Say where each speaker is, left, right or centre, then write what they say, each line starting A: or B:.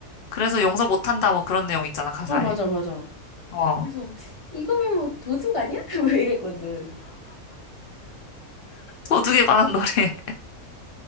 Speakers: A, on the left; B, on the left.
A: 그래서 용서 못한다. 뭐 그런 내용 있잖아, 가사에.
B: 어, 맞아, 맞아.
A: 어,
B: 그래서 이거면 뭐 도둑 아니야? <laughs> 왜 이랬거든.
A: 도둑에 관한 노래. <laughs>